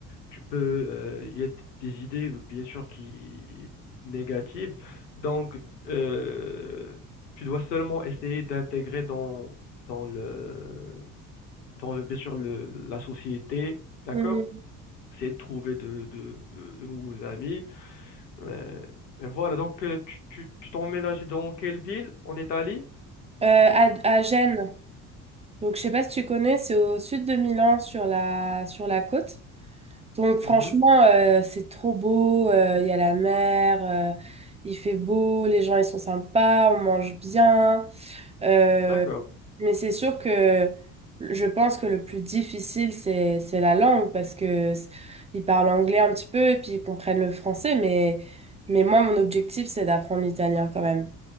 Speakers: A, on the left (about 80°); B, on the right (about 15°).
A: Tu peux, euh, il y a des idées bien sûr qui négatives. Donc euh, tu dois seulement essayer d'intégrer dans dans le dans le- bien sûr le, la société, d'accord?
B: Mhm.
A: Essayer de trouver de de, de, de nouveaux amis. Mais, mais voilà. Donc euh, tu tu tu t'es emménagé dans quelle ville en Italie?
B: Euh, à, à Gênes. Donc, je sais pas si tu connais, c'est au sud de Milan, sur la, sur la côte. Donc, franchement,
A: Mhm.
B: euh, c'est trop beau. euh, Il y a la mer, euh, il fait beau, les gens, ils sont sympas, on mange bien. Euh,
A: D'accord.
B: mais c'est sûr que je pense que le plus difficile, c'est, c'est la langue parce que c- ils parlent anglais un petit peu et puis ils comprennent le français. Mais, mais moi, mon objectif, c'est d'apprendre l'italien quand même.